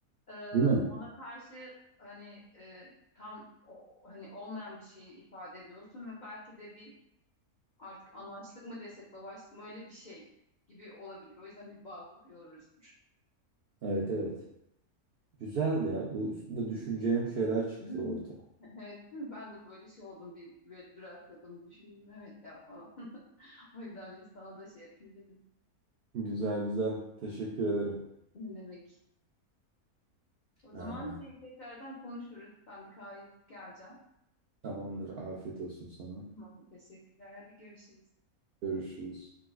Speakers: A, on the left; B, on the right.
A: e,
B: değil mi?
A: ona karşı hani e, tam o, o- hani olmayan bir şeyi ifade ediyorsun ve belki de bir artık anaçlık mı desek babaçlık mı öyle bir şey gibi olabilir. O yüzden bir bağ kuruyoruzdur.
B: Evet evet. Güzel ya. Bu üstünde düşüneceğim şeyler çıktı
A: <laughs>
B: ortaya.
A: Evet, değil mi? ben de böyle şey oldum bir böyle durakladım düşündüm evet ya falan. <laughs> O yüzden bir sana da şey yapayım dedim.
B: Güzel güzel. Teşekkür ederim.
A: Ne demek? O zaman
B: Aa,
A: şey, tekrardan konuşuruz. Ben bir kahve yapıp geleceğim.
B: tamamdır. Afiyet olsun sana.
A: Tamam, teşekkürler. Hadi görüşürüz.
B: Görüşürüz.